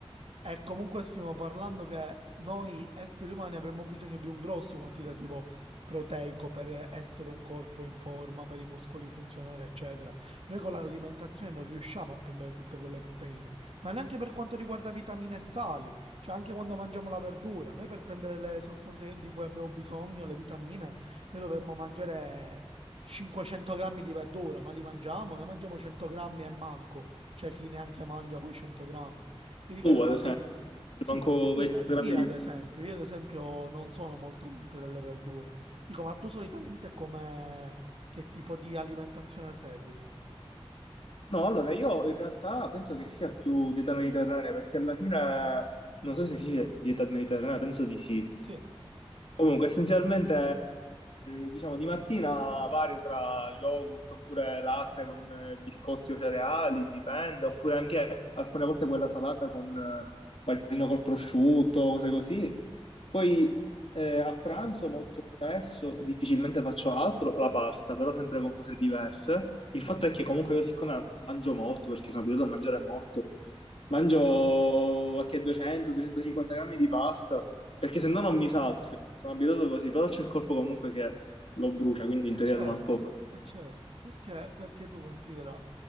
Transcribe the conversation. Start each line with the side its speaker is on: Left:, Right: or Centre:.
Right: e comunque stiamo parlando che noi esseri umani avremmo bisogno di un grosso quantitativo proteico per essere un corpo in forma, per i muscoli funzionare, eccetera. Noi con l'alimentazione non riusciamo a prendere tutte quelle proteine, ma neanche per quanto riguarda vitamine e sali, cioè anche quando mangiamo la verdura, noi per prendere le sostanze di cui abbiamo bisogno, le vitamine, noi dovremmo mangiare 500 grammi di verdura, ma li mangiamo? Ne mangiamo 100 grammi e manco, c'è chi neanche mangia quei 100 grammi. Quindi
Left: tu,
Right: cara, la
Left: ad esempio,
Right: tipo... Sì,
Left: manco
Right: io,
Left: quei
Right: ad
Left: grammi
Right: io
Left: di...
Right: ad esempio, io ad esempio non sono molto amante delle verdure. Dico, ma tu solitamente come... che tipo di alimentazione segui?
Left: No, allora io in realtà penso che sia più dieta mediterranea perché alla fine, non so se si dice dieta mediterranea, penso di sì.
Right: Sì,
Left: Comunque, essenzialmente, eh, diciamo, di mattina vario tra yogurt oppure latte con eh, biscotti o cereali, dipende, oppure anche alcune volte quella salata con eh, panino col prosciutto, cose così. Poi eh, a pranzo
Right: ok,
Left: molto spesso, difficilmente faccio altro, la pasta, però sempre con cose diverse. Il fatto
Right: ok,
Left: è che comunque io siccome mangio molto, perché sono abituato a mangiare molto, mangio qualche 200-250 grammi di pasta perché
Right: ok.
Left: se no non mi sazio, sono abituato così, però c'è il corpo comunque che lo brucia, quindi
Right: Eh
Left: in teoria
Right: certo,
Left: sono a poco.
Right: eh certo, perché, perché tu considera,